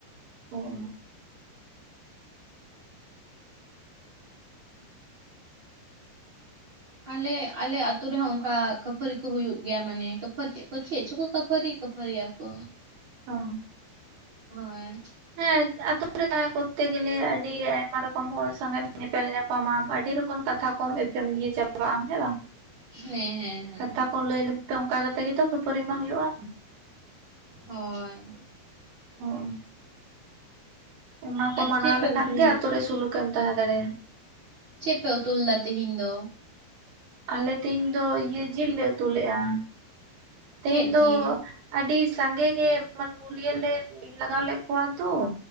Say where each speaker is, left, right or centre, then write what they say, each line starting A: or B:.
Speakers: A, on the right; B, on the right.
A: <unintelligible>
B: ᱟᱞᱮ ᱟᱞᱮ ᱟᱛᱳ ᱨᱮᱦᱚᱸ ᱚᱱᱠᱟ ᱠᱷᱟᱹᱯᱟᱹᱨᱤ ᱠᱚ ᱦᱩᱭᱩᱜ ᱜᱮᱭᱟ ᱢᱟᱱᱮ ᱠᱷᱟᱹᱯᱟᱹᱨᱤ ᱠᱚ ᱪᱮᱫ ᱪᱚᱠᱚ ᱠᱷᱟᱹᱯᱟᱹᱨᱤ ᱠᱷᱟᱹᱯᱟᱹᱨᱤ ᱟᱠᱚ
A: ᱚ
B: ᱦᱳᱭ
A: ᱦᱮᱸ ᱟᱛᱳ ᱨᱮ ᱛᱟᱦᱮᱸᱠᱚᱨᱛᱮ ᱜᱮᱞᱮ ᱟᱹᱰᱤ ᱟᱭᱢᱟ ᱨᱚᱠᱚᱢ ᱦᱚᱲ ᱥᱚᱝᱜᱮᱢ ᱧᱮᱯᱮᱞ ᱧᱟᱯ ᱧᱟᱯᱟᱢᱟ ᱟᱹᱰᱤ ᱨᱚᱠᱚᱢ ᱠᱟᱛᱷᱟ ᱠᱚᱢ ᱮᱯᱮᱢ ᱤᱭᱟᱹ ᱪᱟᱯᱟᱞ ᱟᱢ ᱦᱮᱸ ᱵᱟᱝ
B: ᱦᱮᱸ ᱦᱮᱸ ᱦᱮᱸ
A: ᱠᱟᱛᱷᱟ ᱠᱚ ᱞᱟᱹᱭ ᱞᱟᱹᱭ ᱛᱮ ᱚᱱᱠᱟ ᱠᱟᱛᱮᱫ ᱜᱮᱛᱚ ᱠᱷᱟᱹᱯᱟᱹᱨᱤ ᱢᱟ ᱦᱩᱭᱩᱜ-ᱟ
B: ᱦᱳᱭ
A: ᱦᱚᱸᱜ-ᱚ ᱚᱱᱟ ᱠᱚ
B: ᱟᱨ
A: ᱢᱟᱱᱟᱣ
B: ᱪᱮᱫ ᱯᱮ
A: ᱞᱮᱠᱷᱟᱱ
B: ᱩᱛᱩ
A: ᱜᱮ ᱟᱛᱳ ᱨᱮ ᱥᱩᱞᱩᱠ ᱠᱮᱢ ᱛᱟᱦᱮᱸ ᱫᱟᱲᱮᱭᱟ
B: ᱪᱮᱫ ᱯᱮ ᱩᱛᱩ ᱞᱮᱫᱟ ᱛᱤᱦᱤᱧ ᱫᱚ
A: ᱟᱞᱮ ᱛᱮᱦᱮᱧ ᱫᱚ ᱤᱭᱟᱹ ᱡᱤᱞ ᱞᱮ ᱩᱛᱩ ᱞᱮᱫ-ᱟ᱾ ᱛᱮᱦᱮᱧ
B: ᱪᱮᱫ
A: ᱫᱚ
B: ᱡᱤᱞ
A: ᱟᱹᱰᱤ ᱥᱟᱸᱜᱮ ᱜᱮ ᱢᱟᱱᱮ ᱢᱩᱞᱤᱭᱟᱹ ᱞᱮ ᱞᱟᱜᱟᱣ ᱞᱮᱫ ᱠᱚᱣᱟ ᱛᱚ